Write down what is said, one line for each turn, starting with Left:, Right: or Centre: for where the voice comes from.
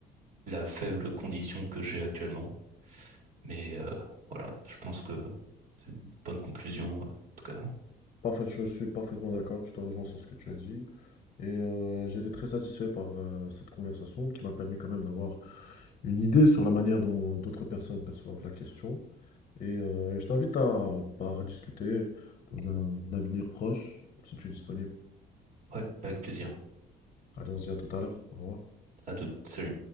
Right: la faible condition que j'ai actuellement. Mais euh, voilà, je pense que c'est une bonne conclusion, en tout cas.
Left: Parfait, je suis parfaitement d'accord, je te rejoins sur ce que tu as dit. Et euh, j'ai été très satisfait par euh, cette conversation qui m'a permis quand même d'avoir une idée sur la manière dont d'autres personnes perçoivent la question. Et euh, je t'invite à, bah, à rediscuter dans un avenir proche, si tu es disponible.
Right: Ouais, avec plaisir.
Left: Allez, on se dit à tout à l'heure. Au revoir.
Right: À toutes. Salut.